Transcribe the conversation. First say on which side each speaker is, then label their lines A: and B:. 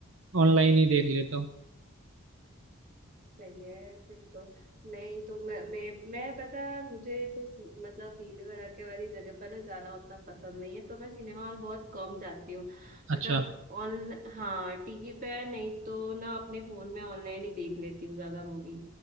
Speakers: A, on the right (about 70°); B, on the right (about 40°).
A: ऑनलाइन ही देख लेता हूँ
B: सही है फिर तो नहीं तो मैं मैं मैं पता है मुझे ऐसे सी- मतलब भीड़ भड़ाके वाली जगह पर ना जाना उतना पसंद नहीं है तो मैं सिनेमा हॉल बहुत कम जाती हूँ मतलब
A: अच्छा
B: ऑन हाँ टीवी पे नहीं तो ना अपने फोन में ऑनलाइन ही देख लेती हूँ ज्यादा मूवी